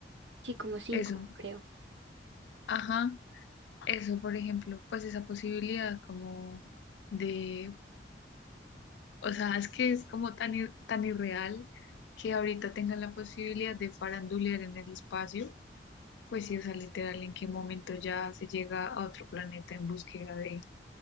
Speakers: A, on the right; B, on the left.
A: sí, como cinco,
B: eso.
A: creo.
B: Ajá. Eso, por ejemplo, pues esa posibilidad como de, o sea, es que es como tan, ir- tan irreal que ahorita tengan la posibilidad de farandulear en el espacio, pues sí, o sea, literal, en qué momento ya se llega a otro planeta en búsqueda de